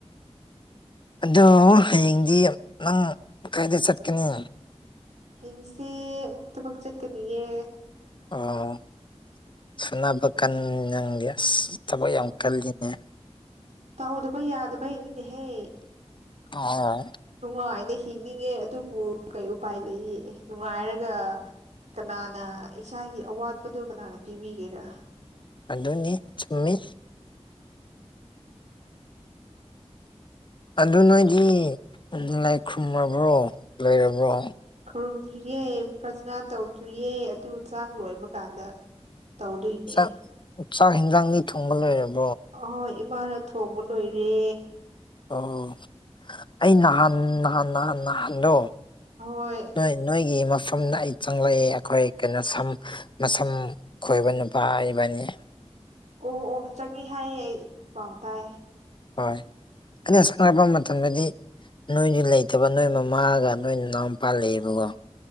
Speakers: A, on the left; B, on the right.
A: ꯑꯗꯨ ꯍꯌꯦꯡꯗꯤ ꯅꯪ ꯀꯥꯏꯗ ꯆꯠꯀꯅꯤ꯫
B: ꯍꯤꯡꯁꯤ ꯑꯃꯨꯛ ꯊꯕꯛ ꯆꯠꯀꯅꯤꯌꯦ꯫
A: ꯑꯣ ꯁꯨꯅꯕ ꯀꯟ ꯅꯪꯗꯤ ꯑꯁ ꯊꯕꯛ
B: ꯑ
A: ꯌꯥꯝ ꯀꯜꯂꯤꯅꯦ꯫
B: ꯇꯧꯗꯕ ꯌꯥꯗꯕꯩꯅꯤꯅꯦꯍꯦ꯫
A: ꯑꫭ꯫
B: ꯅꯨꯡꯉꯥꯏꯅ ꯍꯤꯡꯅꯤꯡꯉꯦ ꯑꯗꯨꯕꯨ ꯀꯩ ꯎꯄꯥꯏ ꯂꯩꯌꯦ ꯅꯨꯡꯉꯥꯏꯔꯒ ꯀꯅꯥꯅ ꯏꯁꯥꯒꯤ ꯑꯋꯥꯠꯄꯗꯣ ꯀꯅꯥꯅ ꯄꯤꯕꯤꯒꯦꯔꯥ꯫
A: ꯑꯗꯨꯅꯤ ꯆꯨꯝꯃꯤ꯫ ꯑꯗꯨ ꯅꯣꯏꯗꯤ ꯂꯥꯏ ꯈꯨ꯭ꯔꯨꯝꯔꯕ꯭ꯔꯣ ꯂꯣꯏꯔꯕ꯭ꯔꯣ꯫
B: ꯈꯨꯔꯨꯝꯗ꯭ꯔꯤꯌꯦ ꯄ꯭ꯔꯁꯅꯥ ꯇꯧꯗ꯭ꯔꯤꯌꯦ ꯑꯗꯨ ꯆꯥꯡ ꯂꯣꯏꯕ ꯀꯥꯟꯗ ꯇꯧꯗꯣꯏꯅꯦ꯫
A: ꯆꯥꯛ ꯆꯥꯛ ꯍꯤꯟꯖꯥꯡꯗꯤ ꯊꯣꯡꯕ ꯂꫭꯏꯔꯝ
B: ꯑꫭ ꯍꫭꯏ ꯏꯃꯥꯅ ꯊꯣꯡꯕ ꯂꯣꯏꯔꯦ꯫
A: ꯑꯣ ꯑꯩ ꯅꯍꯥꯟ ꯅꯍꯥꯟ-ꯅꯍꯥꯟ ꯅꯍꯥꯟꯗꯣ
B: ꯑꯍꯣꯏ
A: ꯅꯣꯏ ꯅꯣꯏꯒꯤꯃ ꯃꯐꯝꯅ ꯑꯩ ꯆꯪꯂꯛꯑꯦ ꯑꯈꯣꯏ ꯀꯩꯅꯣ ꯁꯝ ꯃꯁꯝ ꯈꯣꯏꯕ ꯅꯨꯄꯥ ꯑꯣꯏꯕꯅꯤ꯫
B: ꯑꯣꯍ ꯑꯣ ꯆꯪꯉꯦ ꯍꯥꯏꯌꯦ ꯑꯩ ꯄꯥꯎ ꯇꯥꯏꯌꯦ꯫
A: ꯍꯣꯏ ꯑꯩꯅ ꯆꯪꯉꯛꯄ ꯃꯇꯝꯗꯗꯤ ꯅꯣꯏꯗꯤ ꯂꯩꯇꯕ ꯅꯣꯏ ꯃꯃꯥꯑꯒ ꯅꯣꯏ ꯅꯅꯥꯎꯅꯨꯄꯥ ꯂꯩꯑꫭꯕꯀꯣ꯫